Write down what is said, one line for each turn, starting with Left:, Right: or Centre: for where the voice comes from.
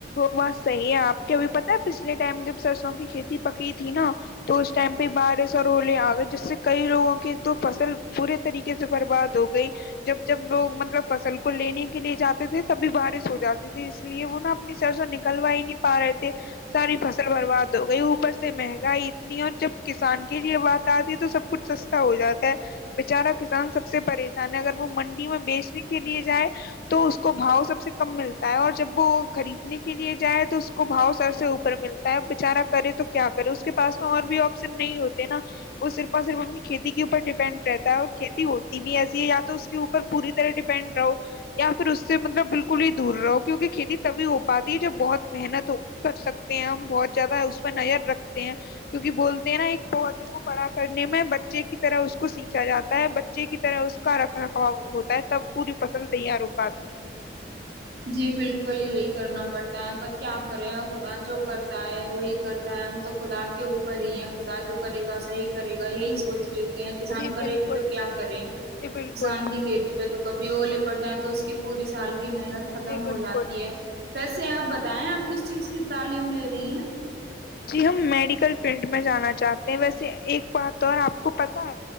Left: بس صحیح ہے آپ کے ابھی پتا پچھلے ٹائم جب سرسوں کی کھیتی پکی تھی نا تو اس ٹائم پہ بارش اور ہولے آ گئے جس سے کئی لوگوں کی تو فصل پورے طریقے سے برباد ہو گئی جب جب لوگ مطلب فصل کو لینے کے لیے جاتے تھے تبھی بارش ہو جاتی تھی اس لیے وہ نا اپنی سرسوں نکلوا ہی نہیں پا رہے تھے ساری فصل برباد تو گئی اوپر سے مہنگائی اتنی ہے اور جب کسان کے لیے بات آتی ہے تو سب کچھ سستا ہو جاتا ہے بچارا کسان سب سے پریشان ہے اگر وہ منڈی میں بیچنے کے لیے جائے تو اس کو بھاؤ سب سے کم ملتا ہے اور جب وہ خریدنے کے لیے جائے تو اس کو بھاؤ سر سے اوپر ملتا ہے بچارہ کرے تو کیا کرے اس کے پاس میں اور بھی آپشن نہیں ہوتے نا وہ صرف اور صرف اپنی کھیتی کے اوپر ڈیپینڈ رہتا ہے اور کھیتی ہوتی بھی ایسی ہے یا تو اس کے اوپر پوری طرح ڈیپینڈ رہو یا پھر اس سے مطلب بالکل ہی دور رہو کیوں کہ کھیتی تبھی ہو پاتی ہے جب بہت محنت کر سکتے ہیں ہم بہت زیادہ اس پ نظر رکھتے ہیں کیونکہ بولتے ہیں نا ایک پودے کو بڑا کرنے میں بچے کی طرح اس کو سیننچا جاتا ہے بچے کی طرح اس کا رکھ رکھواؤ ہوتا ہے تب پوری فصل تیار ہو پاتی ہے
Right: جی بالکل یہی کرنا پڑتا ہے پر کیا کرے خدا جو کرتا ہے وہی کرتا ہے ہم تو خدا کے اوپر ہی ہے خدا جو کرے گا صحیح کرے گا یہی سوچ لیتے کسان
Left: جی
Right: کرے
Left: بالکل
Right: بھی تو کیا کرے
Left: جی بالکل
Right: کسان کی کھیتی پہ تو کبھی وہ لپٹ جائیں تو اس کی پوری سال کی محنت ختم
Left: جی بالکل
Right: ہو جاتی ہے پس جی سے آپ بتائیں آپ کس چیز کی تعلیم لے رہی ہیں
Left: جی ہم میڈیکل فیلڈ میں جانا چاہتے ہیں ویسے ایک بات اور آپ کو پت ہے